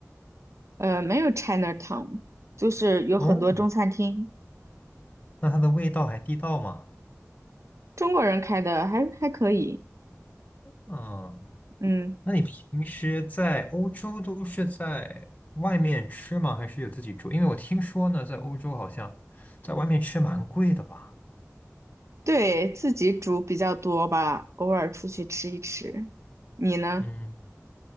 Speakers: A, on the right (about 60°); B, on the left (about 30°).
A: 呃，没有 Chinatown，就是有很多中餐厅，
B: 哦，那它的味道还地道吗？
A: 中国人开的还还可以。
B: 嗯，
A: 嗯，
B: 那你平时在欧洲都是在外面吃吗？还是有自己煮？因为我听说呢，在欧洲好像在外面吃蛮贵的吧。
A: 对，自己煮比较多吧，偶尔出去吃一吃。你呢？
B: 嗯，